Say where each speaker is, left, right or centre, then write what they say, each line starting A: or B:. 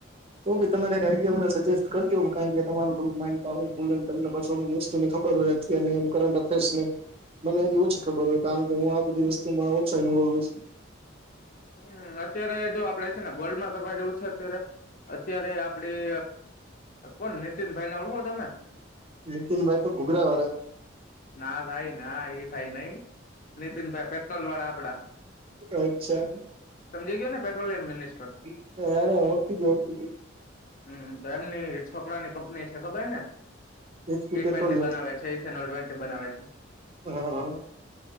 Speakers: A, on the right; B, on the left.
A: તું ભી તમે કઈ ને સજેસ્ટ કર હો કારણ કે તમાર થોું માડ તમને પાછોમ જસ્તુની ખબર હોય છે, <unintelligible> મને એથી ઓછી ખબર હોય કારણ કે હું આ બધી વસ્તુમાં ઓછા ઇન્વોલ્ હોઈશ,
B: હમ્મ અત્યારે જો આપડે છે, ને ગર્લ્ડમાં કરવા જેવું છે, અત્યારે અત્યારે આપડી કોણ નીતિનભાઈ ને ઓળખો તમે?
A: નીતિનભાઈ પણ ઘુઘરા વાળા
B: ના ભાઈ ના એ ભાઈ નહી નીતિન ભાઈ પેટ્રોલ વાળા આપડા
A: અચ્છા
B: સમજી ગયા ને પેટ્રોલિયમ મિનિસ્ટર
A: અચ્છા અરે ઓળખી ગયો ઓળખી ગયો
B: હમ્મ તો એમની છોકરાની કંપની છે ખબર ને
A: એચપી
B: ટી
A: પેટ્રોલિયમ
B: ટ્વેન્ટી બનાવે છે ઇથેનોલ ટ્વેન્ટી બનાવે છે,
A: હા હા